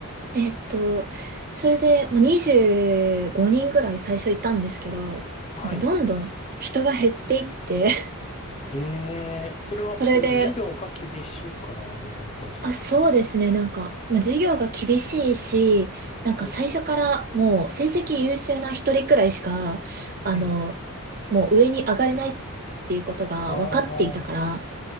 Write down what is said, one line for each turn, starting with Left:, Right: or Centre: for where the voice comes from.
Right: えっと、それで、もう25人ぐらい最初いたんですけど、
Left: えはい。
Right: なんかどんどん人が減っていって、
Left: ええ、それはあの、
Right: <laughs> それで、
Left: その授業が厳しいから、みたいな感じなんですか
Right: あ、そうですね、なんか、まあ、授業が厳しいし、なんか最初からもう成績優秀な一人くらいしか、
Left: はい。
Right: あの、
Left: ええ。
Right: もう上に上がれないっていうことが分かっていたから、
Left: あ